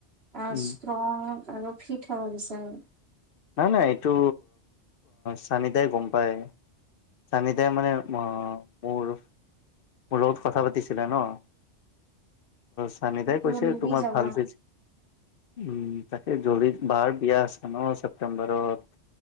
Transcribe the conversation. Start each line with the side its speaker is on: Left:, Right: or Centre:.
Right: অঁ
Left: উম
Right: ষ্ট্ৰং আৰু ফিট হব বিছাৰো
Left: নাই নাই এইটো চানিদাই গম পায় চানিদাই মানে মোৰ মোৰ লগত কথা পাতিছিলে ন সানিতাই
Right: জল্দি
Left: কৈছে তোমাৰ
Right: যাবা
Left: ভাল ফেজ <unintelligible> উম তাকে জলিত বাৰ বিয়া আছে ন ছেপ্তেম্বৰত <unintelligible>